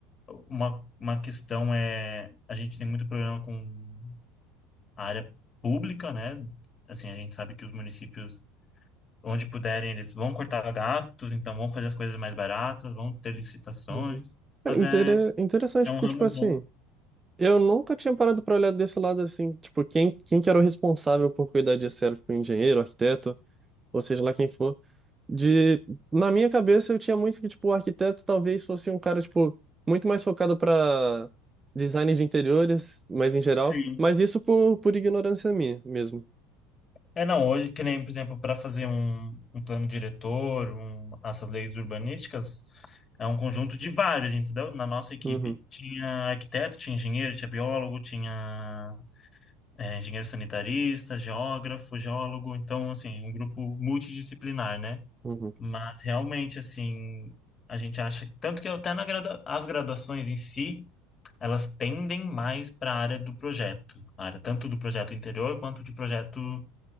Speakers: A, on the left; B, on the right.
A: Uma, uma questão é, a gente tem muito problema com a área pública, né? Assim, a gente sabe que os municípios, onde puderem, eles vão cortar gastos, então vão fazer as coisas mais baratas, vão ter licitações,
B: Uhum. Cara,
A: mas
B: intere-
A: é,
B: interessante,
A: é um
B: porque,
A: ramo
B: tipo assim,
A: bom.
B: eu nunca tinha parado pra olhar desse lado assim, tipo, quem, quem que era o responsável por cuidar disso, era, tipo, engenheiro, arquiteto, ou seja lá quem for. De, na minha cabeça, eu tinha muito que, tipo, o arquiteto talvez fosse um cara, tipo, muito mais focado pra design de interiores, mas em geral,
A: Sim.
B: mas isso por, por ignorância minha mesmo.
A: É, não, hoje, que nem, por exemplo, para fazer um, um plano diretor, um, essas leis urbanísticas, é um conjunto de vários, entendeu? Na nossa equipe
B: Uhum,
A: tinha arquiteto, tinha engenheiro, tinha biólogo, tinha é, engenheiro sanitarista, geógrafo, geólogo, então, assim, um grupo multidisciplinar, né?
B: uhum.
A: Mas realmente, assim, a gente acha. Tanto que até na gradua... as graduações em si, elas tendem mais para a área do projeto. A área tanto do projeto interior quanto de projeto